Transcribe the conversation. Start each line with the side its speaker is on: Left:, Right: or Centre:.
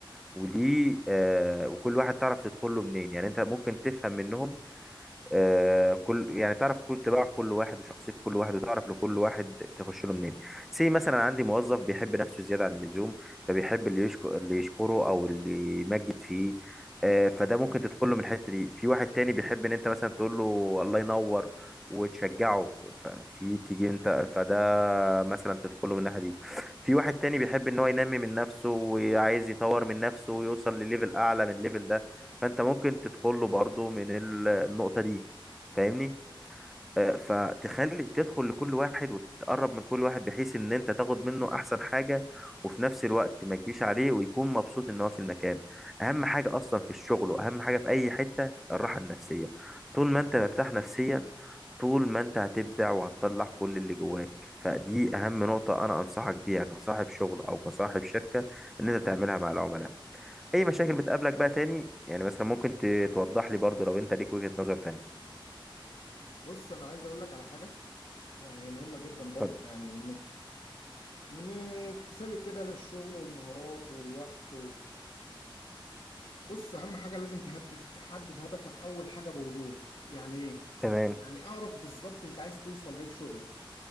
Centre: وليه آه وكل واحد تعرف تدخل له منين يعني انت ممكن تفهم منهم آه كل يعني تعرف كل طباع كل واحد وشخصية كل واحد وتعرف لكل واحد تخش له منين سي مثلا عندي موظف بيحب نفسه زيادة عن اللزوم فبيحب اللي يشكر اللي يشكره او اللي يمجد فيه آه فده ممكن تدخل له من الحتة دي في واحد تاني بيحب ان انت مثلا تقول له الله ينور وتشجعه ففي تيجي انت فده مثلا تدخله من الناحيه دي في واحد تاني بيحب ان هو ينمي من نفسه وعايز يطور من نفسه ويوصل لليفل اعلى من الليفل ده فانت ممكن تدخله برضه من ال- النقطه دي فاهمني آه، فتخلي تدخل لكل واحد وتقرب من كل واحد بحيث ان انت تاخد منه احسن حاجة وفي نفس الوقت ما تجيش عليه ويكون مبسوط ان هو في المكان اهم حاجة اصلا في الشغل واهم حاجة في اي حتة الراحة النفسية طول ما انت مرتاح نفسيا طول ما انت هتبدع وهتطلع كل اللي جواك فدي اهم نقطة انا انصحك بيها كصاحب شغل او كصاحب شركة ان انت تعملها مع العملاء اي مشاكل بتقابلك بقى تاني يعني مثلا ممكن ت- توضح لي برضو لو انت ليك وجهة نظر تانية
Left: بص انا عايز اقول لك على حاجة يعني هي مهمة جدا برضه
Centre: اتفضل
Left: يعني من من اكتسابي كده للشغل والمهارات والوقت بص اهم حاجه لازم تهدف تحدد هدفك اول حاجه بوضوح يعني ايه
Centre: تمام
Left: يعني اعرف بالظبط انت عايز توصل ليه في شغلك